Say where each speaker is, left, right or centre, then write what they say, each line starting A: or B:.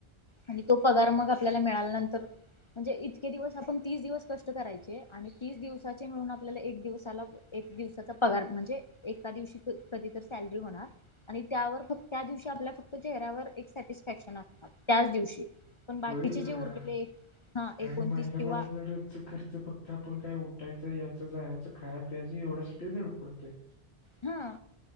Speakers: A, on the left; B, on the left.
A: आणि तो पगांर मगं आपल्यांला मिळाल्यानंतर, म्हणजे इ ईतके दिवस आपण, तीस दिवस कष्ट करायचे, आणि तीस दिवसाचे मिळून, आपल्याला एक दिवसाला एक दिवसाचा पगार, म्हणजे एका दिवशी, क् कधी तर सॅलरी होणार आणि त्यावर, फक्त त्या दिवशी आपल्याला, फ क्त, चेहऱ्यावर एक सॅटिस्फॅक्शन असणार, त्याच दिवशी, पण बाकीचे
B: होय
A: जे
B: या
A: उरलेले हा एकोणतीस
B: आणि महीनाभर
A: किंवा
B: जर <unintelligible> खर्च फक्त आपण काय उठायचं, याच-जायाच, खाय-पियाच एवढ्यासाठीच धडपडतोय.
A: हं